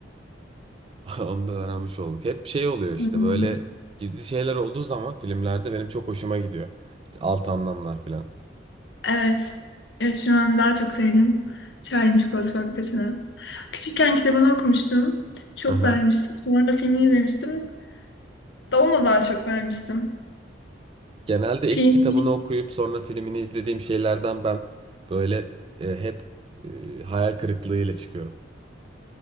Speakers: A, on the right; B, on the left.
A: <laughs> Onu da öğrenmiş olduk. Hep şey oluyor işte
B: Hmm.
A: böyle gizli şeyler olduğu zaman filmlerde benim çok hoşuma gidiyor. Alt anlamlar falan.
B: Evet. Evet, şu an daha çok sevdim. Charlie Çikolata Fabrikası'nı. Küçükken kitabını okumuştum. Çok
A: Aha.
B: beğenmiştim. Sonra da filmini izlemiştim. Da onu daha çok beğenmiştim.
A: Genelde
B: Filmi.
A: ilk kitabını okuyup sonra filmini izlediğim şeylerden ben böyle e, hep e, hayal kırıklığıyla çıkıyorum.